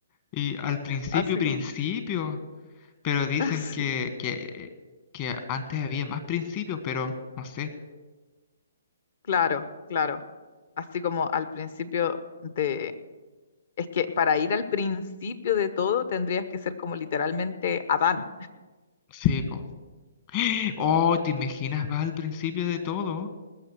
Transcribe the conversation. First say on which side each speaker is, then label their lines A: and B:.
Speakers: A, on the left; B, on the left.
A: Y al principio,
B: así
A: principio.
B: como,
A: Pero dicen
B: así,
A: que, que, que antes había más principios, pero no sé.
B: claro, claro. Así como al principio de, es que para ir al principio de todo tendrías que ser como literalmente Adán,
A: Sí, po. <gasps> Oh, ¿te imaginas? Vas al principio de todo